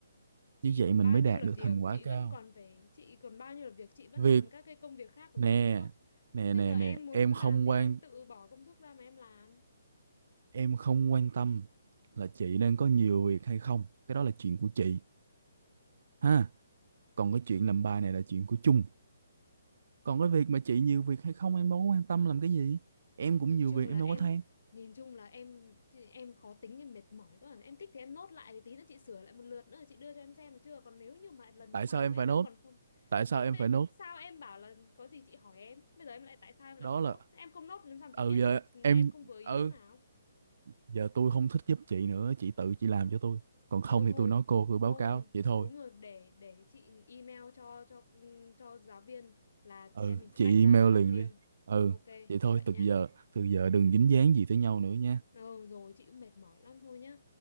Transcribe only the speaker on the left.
Chị
còn
bao
nhiêu
là
việc,
chị
vẫn còn phải chị còn bao nhiêu là việc, chị vẫn
làm các cái công việc khác của
chị nữa.
Thế bây
giờ em
muốn
làm
thì
em tự bỏ công sức ra mà em làm.
nhìn
chung
là
em
nhìn chung là em em khó tính em mệt mỏi quá em thích thì em nốt lại thì tí nữa chị sửa lại một lượt nữa chị đưa cho em xem được chưa còn nếu như mà lần
sau
mà em
vẫn
còn không
thế,
thế
sao em bảo là có gì chị hỏi em bây giờ em lại tại sao em lại
phải nốt
em không nốt thì làm sao mà
chị biết
được là
em không vừa ý
chỗ nào
ôi thôi
thôi
đúng
rồi để để chị email cho cho cho giáo viên là
chị em mình sẽ
tách ra
và làm
riêng
ok
vậy
nhá
ừ rồi chị cũng mệt mỏi lắm thôi nhá